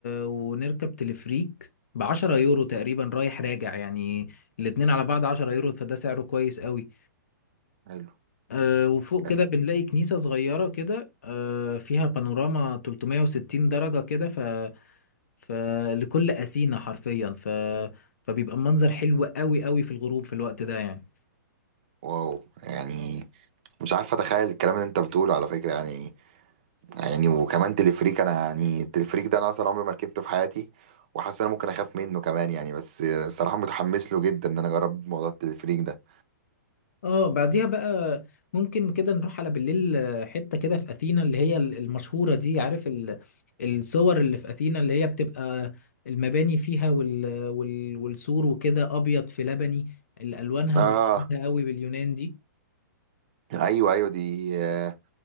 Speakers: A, on the left (about 50°); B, on the right (about 30°).
A: ونركب تلفريك بعشرة يورو تقريبا رايح راجع يعني الاتنين على بعض عشرة يورو فده سعره كويس قوي
B: حلو
A: آه وفوق
B: يعني.
A: كده بنلاقي كنيسة صغيرة كده آه فيها بانوراما 360 درجة كده ف... فلكل أسينا حرفيا ف... فبيبقى المنظر حلو قوي قوي في الغروب في الوقت ده يعني
B: واو يعني مش عارف اتخيل الكلام اللي انت بتقوله على فكره يعني يعني وكمان تلفريك انا يعني التلفريك ده انا اصلا عمري ما ركبته في حياتي وحاسس ان انا ممكن اخاف منه كمان يعني بس صراحه متحمس له جدا ان انا اجرب موضوع التلفريك ده
A: اه بعديها بقى ممكن كده نروح على بالليل آه، حتة كده في أثينا اللي هي ال- المشهورة دي عارف ال- الصور اللي في أثينا اللي هي بتبقى المباني فيها وال وال والسور وكده أبيض في لبني الألوانها
B: اه
A: مميزة قوي باليونان دي
B: ايوه ايوه دي آه،